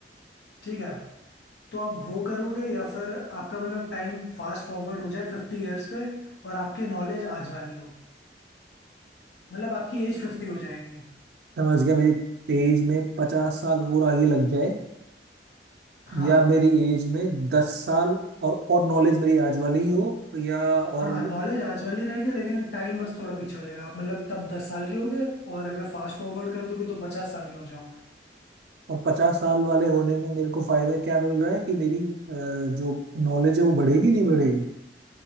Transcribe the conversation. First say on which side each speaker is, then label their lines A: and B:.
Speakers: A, on the left (about 70°); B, on the right (about 65°).
A: ठीक है तो आप वो करोगे या फिर आपका मतलब टाइम फास्ट फॉरवर्ड हो जाए फिफ्टी इयर्स पे और आपकी नॉलेज आज वाली हो मतलब आपकी एज फिफ्टी हो जाएगी
B: समझ गया मेरी एज में पचास साल और आगे लग जाए
A: हाँ
B: या मेरी एज में दस साल और और नॉलेज मेरी आज वाली ही हो या और
A: हाँ नॉलेज आज वाली रहेगी लेकिन टाइम बस थोड़ा पीछे हो जाएगा आप मतलब तब दस साल के हो गए और अगर फास्ट फॉरवर्ड कर दोगे तो पचास साल के हो जाओगे
B: और पचास साल वाले होने में मेरे को फायदा क्या मिल रहा है कि मेरी अ, जो नॉलेज है वो बढ़ेगी नहीं बढ़ेगी